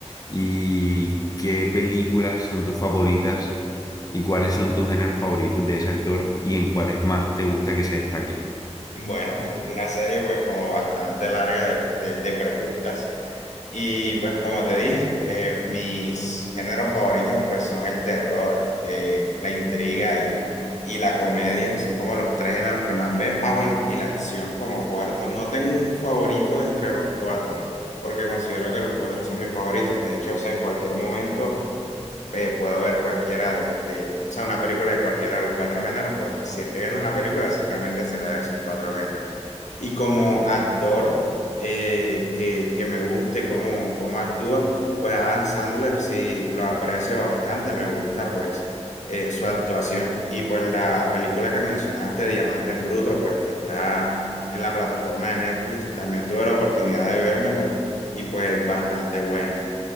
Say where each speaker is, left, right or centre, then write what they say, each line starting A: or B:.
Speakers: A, on the left; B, on the left.
A: ¿Y qué películas son tus favoritas? ¿Y cuáles son tus géneros favoritos de ese actor? ¿Y en cuáles más te gusta que se destaque?
B: Bueno, una serie pues como bastante larga de, de, de preguntas Y pues como te dije, eh, mis géneros favoritos pues son el terror, eh, la intriga y, y la comedia, son como los tres géneros que más veo. Ah, bueno, y la acción como cuarto. No tengo un favorito entre los cuatro, porque considero que los cuatro son mis favoritos. De hecho, o sea, en cualquier momento eh, puedo ver cualquiera de, de- o sea, una película de cualquiera de los cuatro géneros, pero si estoy viendo una película, seguramente será de esos cuatro géneros. Y como actor eh, que, que me guste cómo, cómo actúa, pues Adam Sandler sí lo aprecio bastante, me gusta pues eh, su actuación. Y pues la película que mencionaste, Diamante en Bruto, pues que está en la plataforma de Netflix, también tuve la oportunidad de vérmela y pues bastante buena.